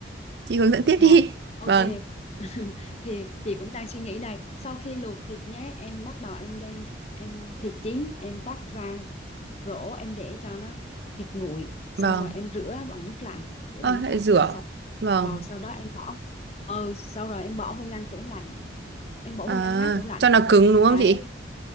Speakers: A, on the right (about 60°); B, on the left (about 35°).
A: chị hướng dẫn tiếp
B: Rồi,
A: đi. <laughs>
B: ok.
A: Vâng,
B: <laughs> thì chị cũng đang suy nghĩ đây sau khi luộc thịt nhé em bắt đầu em đem em thịt chín em vắt ra rổ em để cho nó thịt nguội xong
A: vâng,
B: rồi em rửa bằng nước lạnh rửa
A: ờ
B: bằng nước
A: lại
B: lạnh
A: rửa.
B: cho sạch
A: Vâng,
B: rồi sau đó em bỏ ừ sau rồi em bỏ vô ngăn tủ lạnh em bỏ
A: à,
B: vô ngăn mát tủ lạnh
A: cho nó cứng đúng không
B: đấy
A: chị?